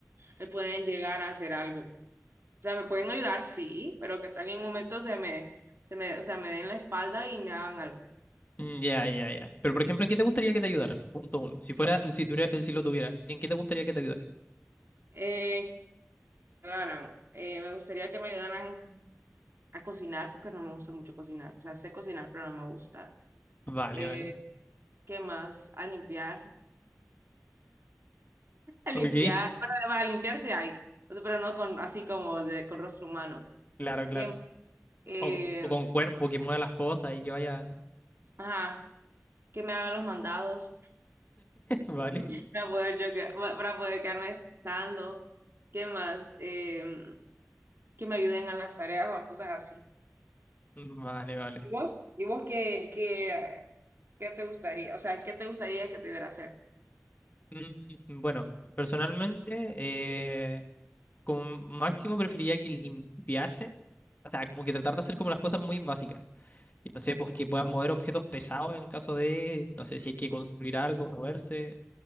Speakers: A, on the right; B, on the left.
A: me pueden llegar a hacer algo. O sea, me pueden ayudar, sí, pero que tal en un momento se me, se me, o sea, me den la espalda y me hagan algo.
B: Mm, Ya, ya, ya. Pero por ejemplo, ¿en qué te gustaría que te ayudara? Punto uno. Si fuera, si tuviera- si lo tuvieras, ¿en qué te gustaría que te ayudara?
A: Eh, que me ayudaran. Eh, me gustaría que me ayudaran a cocinar porque no me gusta mucho cocinar. O sea, sé cocinar, pero no me gusta.
B: Vale,
A: Eh,
B: vale.
A: ¿qué más? A limpiar. <laughs> A limpiar,
B: Ok,
A: para, para limpiarse hay, o sea, pero no con así como de, con rostro humano.
B: claro, claro.
A: Que, eh,
B: O, o con cuerpo que mueva las cosas y que vaya.
A: ajá, que me hagan los mandados
B: <laughs> Vale.
A: <laughs> para poder, yo, que- para poder quedarme descansando. ¿Qué más? Eh, que me ayuden a las tareas o a cosas así.
B: Vale, vale.
A: ¿Y vos? ¿Y vos qué, qué, qué te gustaría? O sea, ¿qué te gustaría que te hubiera hacer?
B: Mm, Bueno, personalmente, eh, con máximo preferiría que limpiase. O sea, como que tratar de hacer como las cosas muy básicas. Y no sé, pues que puedan mover objetos pesados en caso de, no sé, si hay que construir algo, moverse.